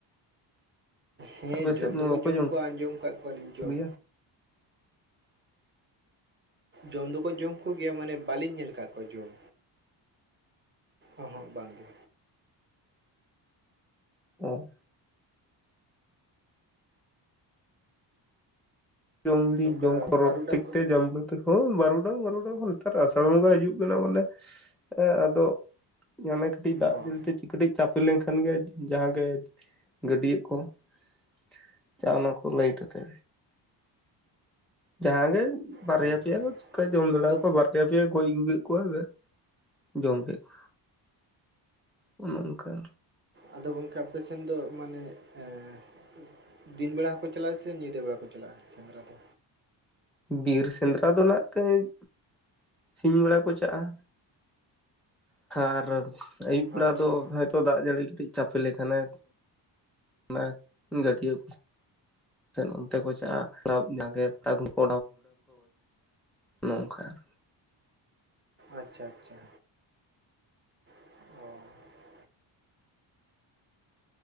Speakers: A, on the right; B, in the centre.
A: ᱦᱮᱸ
B: ᱟᱯᱮ ᱥᱮᱫ
A: ᱡᱚᱢ
B: ᱢᱟ
A: ᱫᱚᱠᱚ
B: ᱵᱟᱠᱚ
A: ᱡᱚᱢ ᱠᱚᱣᱟ ᱟᱸᱡᱚᱢ ᱟᱠᱟᱫ ᱠᱚᱣᱟᱞᱤᱧ
B: ᱠᱚᱜᱮᱭᱟ
A: ᱡᱚᱢ᱾ ᱡᱚᱢ ᱫᱚᱠᱚ ᱡᱚᱢ ᱠᱚᱜᱮᱭᱟ ᱢᱟᱱᱮ ᱵᱟᱹᱞᱤᱧ ᱧᱮᱞ ᱟᱠᱟᱫ ᱠᱚᱣᱟ ᱡᱚᱢ᱾ ᱚ ᱦᱚᱸᱜ ᱵᱟᱝ ᱜᱮ᱾
B: ᱚᱻ ᱡᱚᱝᱞᱤ
A: ᱱᱚᱝᱠᱟ
B: <unintelligible>
A: ᱵᱟᱹᱨᱩᱰᱟᱝ ᱠᱚ
B: ᱮᱠᱷᱳᱱ ᱵᱟᱨᱩᱰᱟᱝ ᱢᱟᱨᱩᱰᱟᱝ ᱦᱚᱸ ᱱᱮᱛᱟᱨ ᱟᱥᱟᱲ ᱵᱚᱸᱜᱟ ᱦᱤᱡᱩᱜ ᱠᱟᱱᱟ ᱢᱟᱱᱮ ᱟᱫᱚ ᱚᱱᱮ ᱠᱟᱹᱴᱤᱡ ᱫᱟᱜ
A: ᱦᱚᱸ
B: ᱡᱟᱹᱲᱤ ᱛᱮ ᱠᱟᱹᱴᱤᱡ ᱪᱟᱯᱮ ᱞᱮᱱᱠᱷᱟᱱ ᱜᱮ ᱡᱟᱦᱟᱸ ᱜᱮ ᱜᱟᱹᱰᱤᱭᱟᱹ ᱠᱚ <inaudible> ᱪᱟᱣᱱᱟᱠᱚ ᱞᱟᱹᱭᱤᱴ ᱟᱛᱮ ᱡᱟᱦᱟᱸ ᱜᱮ ᱵᱟᱨᱭᱟ
A: ᱦᱳᱭ
B: ᱯᱮᱭᱟ
A: ᱦᱳᱭ
B: ᱪᱮᱠᱟ ᱡᱚᱢ ᱫᱟᱲᱮᱭᱟ
A: ᱟᱫᱚ
B: ᱠᱚ ᱵᱟᱨ ᱭᱟ ᱯᱮᱭᱟ ᱜᱚᱡ ᱟᱹᱜᱩ ᱠᱮᱫ ᱠᱚᱣᱟᱭ ᱡᱚᱢ ᱠᱮᱫ ᱠᱚᱣᱟ᱾ ᱚᱱᱮ ᱚᱝᱠᱟ᱾
A: ᱟᱫᱚ ᱜᱚᱝᱠᱮ ᱟᱯᱮ ᱥᱮᱱ ᱫᱚ ᱢᱟᱱᱮ ᱮᱸ ᱫᱤᱱ ᱵᱮᱲᱟ ᱦᱚᱸᱠᱚ ᱪᱟᱞᱟᱜ-ᱟ ᱥᱮ ᱧᱤᱫᱟᱹ ᱵᱮᱲᱟ ᱠᱚ ᱪᱟᱞᱟᱜ-ᱟ ᱥᱮᱸᱫᱽᱨᱟ ᱫᱚ?
B: ᱵᱤᱨ ᱥᱮᱸᱫᱽᱨᱟ ᱫᱚ ᱱᱟᱸᱜ ᱠᱟᱹᱪ ᱥᱤᱧ ᱵᱮᱲᱟ ᱠᱚ ᱪᱟᱜ-ᱟ᱾ ᱟᱨ ᱟᱹᱭᱩᱵ
A: ᱟᱪᱪᱷᱟ
B: ᱵᱮᱲᱟ ᱫᱚ ᱦᱳᱭᱛᱳ ᱫᱟᱜ ᱡᱟᱹᱲᱤ ᱠᱟᱹᱴᱤᱡ ᱪᱟᱯᱮ ᱞᱮᱠᱷᱟᱱᱮ ᱚᱱᱟ ᱜᱟᱹᱰᱭᱟᱹ ᱠᱚ ᱥᱮ ᱥᱮᱫ ᱚᱱᱛᱮ ᱠᱚ ᱪᱟᱜ-ᱟ ᱡᱟᱸᱜᱮ <unintelligible> ᱠᱚ ᱱᱚᱝᱠᱟ ᱟᱨ
A: ᱟᱪᱪᱷᱟ ᱟᱪᱪᱷᱟ, ᱚ